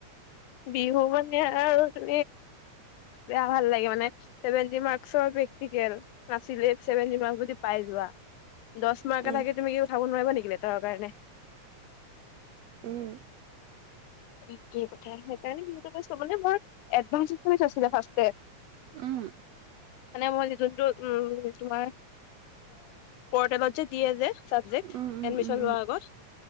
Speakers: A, on the left (about 75°); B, on the right (about 75°).
A: বিহু মানে আৰু তি বেয়া ভাল লাগে মানে ছেভেটি মাৰ্কচৰ প্ৰেক্টিকেল নাছিলেই চেভেনতি মাৰ্ক যদি পাই যোৱা দহ মাৰ্ক
B: উম
A: থাকে তুমি কি উঠাব নোৱাৰিবা নেকি বেতৰ কাৰণে
B: উম
A: থিকেই কথা সেইকাৰণে বিহুতো লৈছো মানে মোৰ এডভাঞ্জ আচামিচ আছিলে ফাস্টতে
B: উম
A: মানে মই যোনটো উম তোমাৰ পৰ্টেলত যে দিয়ে যে চাবজেক্ট
B: উম
A: এডমিচন
B: উম
A: লোৱাৰ আগত